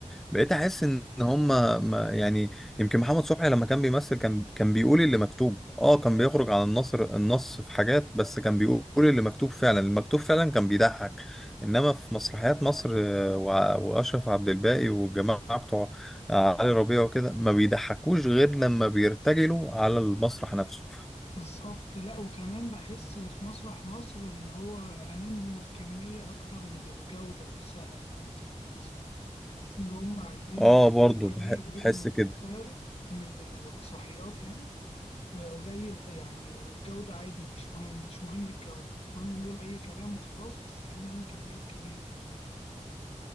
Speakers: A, in the centre; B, on the left.
A: بقيت احس ان هم ما يعني يمكن محمد صبحي لما كان بيمثل كان كان بيقول اللي مكتوب اه كان بيخرج عن النصر النص في حاجات بس كان بيقول اللي مكتوب فعلا المكتوب فعلا كان بيضحك انما في مسرحيات مصر آه، وع- واشرف عبد الباقي والجماعه بتوع آه، علي ربيع وكده ما بيضحكوش غير لما بيرتجلوا على المسرح نفسه
B: بالظبط لا وكمان بحس في مسرح مصر إن هو هاممهم الكمية أكتر من الجودة نفسها يعني بتاعت المسرح بس إن هم عايزين
A: اه
B: يعملوا
A: برضه
B: كمية
A: بح-
B: كبيرة
A: بحس
B: من
A: كده
B: المصالح من المسرحيات يعني وقليل يعني والجودة عادي مش مهم مش مهم الجودة المهم نقول أي كلام وخلاص بس كنا نعمل كميات كبيرة